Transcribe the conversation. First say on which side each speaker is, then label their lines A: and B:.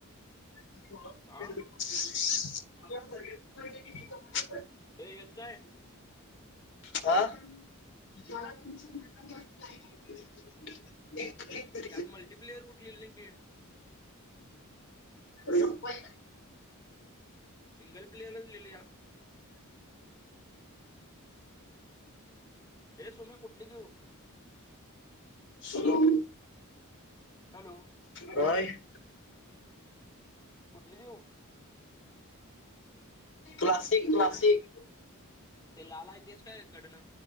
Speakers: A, on the left; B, on the left.
A: <inaudible>
B: आ हे येत काय
A: आा ुमचं म्हणं <inaudible> <inaudible>
B: यात मल्टीप्लेअर कुठलेली ना नाही गेड
A: <unintelligible>
B: सिंगल प्लेअरच लिले आप हे सुम्या कुठली घेऊ
A: शधू
B: हॅलो?
A: काय?
B: कुठली घेऊ?
A: क्लासिक
B: अरे
A: क्लासिक
B: नली, ते लाल हाय तेच काय कडनं?